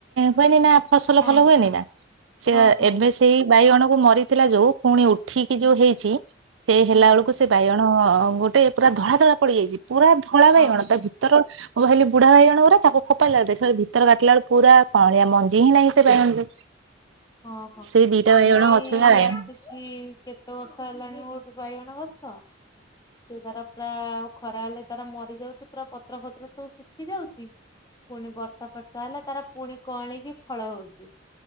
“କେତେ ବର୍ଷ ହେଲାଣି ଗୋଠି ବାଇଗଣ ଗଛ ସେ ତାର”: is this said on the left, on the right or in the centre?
Left